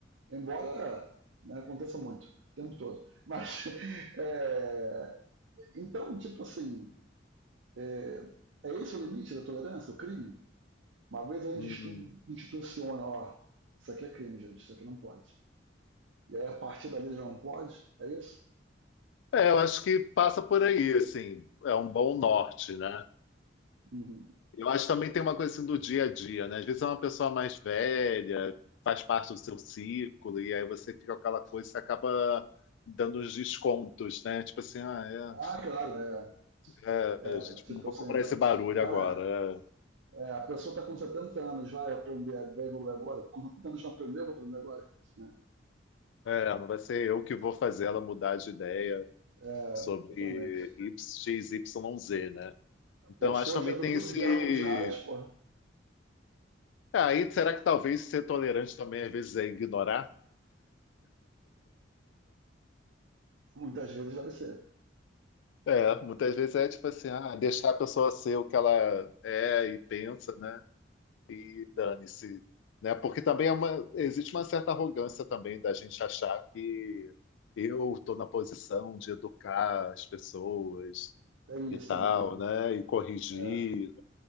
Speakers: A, on the right (about 75°); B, on the left (about 70°).
A: Embora né, aconteça muito, o tempo todo. <laughs> Mas, é, então, tipo assim, é, é esse o limite da tolerância, o crime? Uma vez a
B: Uhum.
A: gente instituciona, ó, isso aqui é crime, gente, isso aqui não pode. E aí a partir dali já não pode, é isso?
B: É, eu acho que passa por aí, assim, é um bom norte, né?
A: Uhum.
B: Eu acho que também tem uma coisa assim do dia a dia, né? Às vezes é uma pessoa mais velha, faz parte do seu círculo, e aí você fica com aquela coisa, você acaba dando uns descontos, né? Tipo assim, ah,
A: Ah,
B: é,
A: claro, é.
B: É,
A: é
B: a gente
A: tipo
B: não vou
A: assim,
B: comprar
A: vai,
B: esse barulho
A: vai,
B: agora.
A: é, a pessoa está com 70 anos, vai aprender, vai evoluir agora. Com 70 anos não aprendeu, vai aprender agora. Né?
B: É, é, não vai ser eu que vou fazer ela mudar de ideia
A: É,
B: sobre
A: exatamente.
B: Y- X, Y, z né?
A: A
B: Então,
A: pessoa
B: acho que
A: já
B: também
A: viu
B: tem
A: duas
B: esse.
A: guerras mundiais, pô,
B: Ah, Aí, será que talvez ser tolerante também às vezes é ignorar?
A: Muitas vezes deve ser.
B: É, muitas vezes é tipo assim, ah, deixar a pessoa ser o que ela é e pensa, né? E dane-se, né? Porque também é uma, existe uma certa arrogância também da gente achar que eu estou na posição de educar as pessoas
A: Tem
B: e
A: isso
B: tal,
A: também, né?
B: né? E corrigir.
A: É.